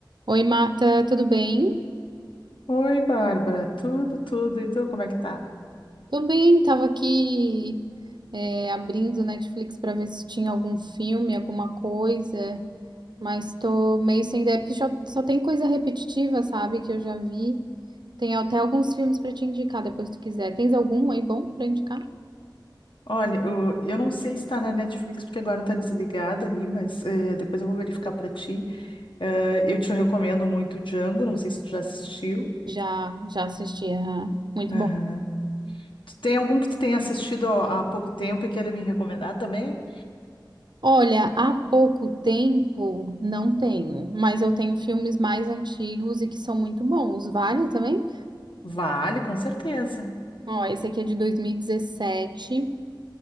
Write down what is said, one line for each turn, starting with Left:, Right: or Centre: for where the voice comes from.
Right: Oi, Marta, tudo bem?
Left: Oi, Bárbara, tudo, tudo. E tu, como é que tá?
Right: Tudo bem, tava aqui é, abrindo Netflix para ver se tinha algum filme, alguma coisa, mas tô meio sem ideia, porque só, só tem coisa repetitiva, sabe, que eu já vi. Tem até alguns filmes para te indicar depois se tu quiser. Tens algum aí bom para indicar?
Left: Olha, eu, eu não sei se tá na Netflix, porque agora tá desligada ali, mas eh, depois eu vou verificar pra ti. Eh, eu te recomendo muito Django, não sei se tu já assistiu.
Right: Já, já assisti, aham. Muito
Left: Aham.
Right: bom.
Left: Tu tem algum que tu tenha assistido há há pouco tempo e queira me recomendar também?
Right: Olha, há pouco tempo não tenho, mas eu tenho filmes mais antigos e que são muito bons. Vale também?
Left: Vale, com certeza.
Right: Ó, esse aqui é de 2017.